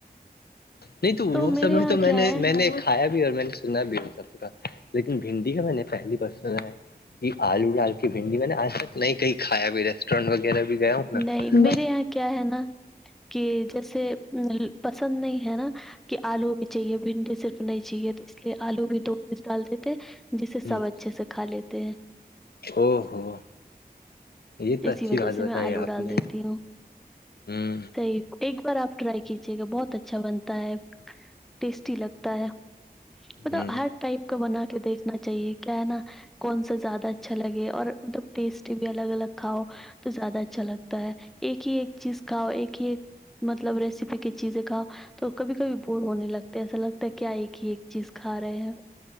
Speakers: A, on the left; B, in the centre.
A: نہیں تو وہ
B: میرے
A: سب
B: یہاں
A: میں تو
B: کیا
A: میں نے
B: ہے
A: نے کھیا بھی اور میں نے سنا بھی سب کا لیکن بھنڈی کا میں نے پہلی بار سنا ہے یہ آلو ڈال کی بھنڈی میں نے آج تک نہیں کہیں کھیا بھی ریسٹورینٹ وغیرہ بھی گیا ہوں نا
B: نہیں میرے یہاں کیا ہے نا کہ جیسے پسند نہیں ہے نا کہ آلو چاہیے بھنڈی صرف نہیں چاہیے تو اس لیے آلو بھی دو پیس ڈال دیتے جسے
A: ہ
B: سب اچھے سے خالےتے
A: او ہو یہ تو
B: اسی
A: اچھی
B: وجہ
A: بات
B: سے
A: ب
B: میں آلو ڈال
A: آپ نے
B: دیتی ہوں
A: ہوں
B: ایک بار آپ ٹرائی کیجیے گا بہت اچھا بنتا ہے ٹیسٹی لگتا ہے مطلب
A: ہ
B: ہر ٹائپ کا بنا کے دیکھنا چاہیے کیا ہے نا کون سا زیادہ اچھا لگے اور مطلب ٹیسٹی بھی الگ الگ کھاؤ تو زیادہ اچھا لگتا ہے ایک ہی ایک چیز کھاؤ ایک ہی ایک مطلب ریسیپی کی چیزیں کا تو کبھی کبھی بور ہونے لگتے ایسا لگتا ہے کیا ایک ہی ایک چیز کھا رہے ہیں